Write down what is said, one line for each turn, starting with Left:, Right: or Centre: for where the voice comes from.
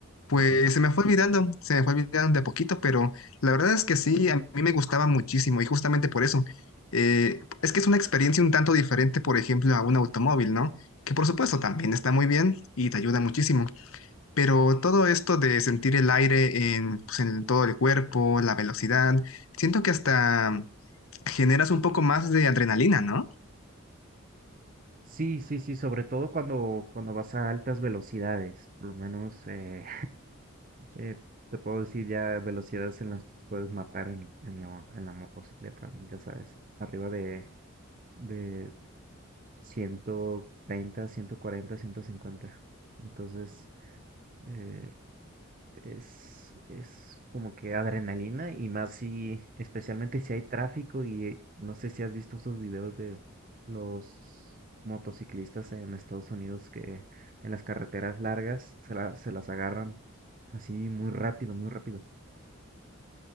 Left: pues
Right: ¿ok?
Left: se me fue olvidando, se me fue olvidando de a poquito, pero la verdad es que sí, a mí me gustaba muchísimo y justamente por eso. eh, es que es una experiencia un tanto diferente, por ejemplo, a un automóvil, ¿no? Que por supuesto también está muy bien y te ayuda muchísimo. Pero todo esto de sentir el aire en, pues, en todo el cuerpo, la velocidad, siento que hasta generas un poco más de adrenalina, ¿no?
Right: Sí, sí, sí, sobre todo cuando, cuando vas a altas velocidades, por lo menos eh, Eh, te puedo decir ya velocidades en las que te puedes matar en, en la, en la motocicleta, ya sabes, arriba de, de ciento ciento treinta ciento cuarenta ciento cincuenta Entonces, eh, es, es como que adrenalina y más si, especialmente si hay tráfico y no sé si has visto esos videos de los motociclistas en Estados Unidos que en las carreteras largas se, la- se las agarran así muy rápido, muy rápido.